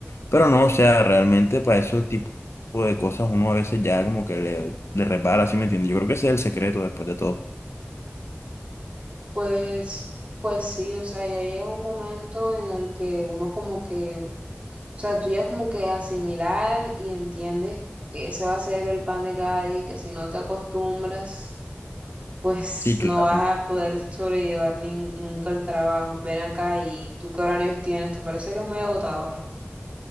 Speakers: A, on the left; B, on the right.
A: Pero no, o sea, realmente para esos tipos de cosas uno a veces ya como que le, le resbala, ¿sí me entiendes? Yo creo que ese es el secreto después de todo.
B: Pues, pues sí, o sea, ya llega un momento en el que uno como que, o sea, tú ya como que asimilar y entiendes que ese va a ser el pan de cada día y que si no te acostumbras pues
A: Sí,
B: no
A: claro.
B: vas a poder sobrellevar nin- nunca el trabajo. Ven acá y tú qué horarios tienes, te parece que es muy agotador.